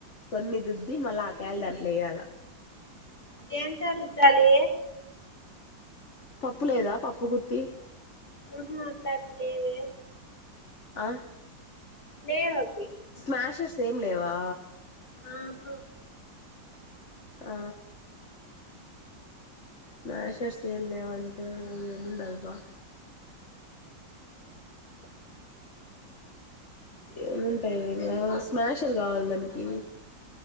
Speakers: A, on the left (about 40°); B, on the left (about 20°).
A: కొన్ని దుద్ది మళ్ళ ఆ కాయలు దాంట్లో ఎయ్యాల.
B: దేంతో రుద్దాలీ
A: పప్పు లేదా పప్పు గుత్తి
B: ఉహూ అట్లాటిద్ లేవే
A: అ
B: లేవ్ అవ్వి
A: స్మాషర్స్ ఏం లేవా
B: ఆహ
A: ఆ స్మాషర్స్ ఏం లేవాంటే ఏముండై బా ఏముంటయి ఇంగ స్మాషర్ గావాలి దానికీ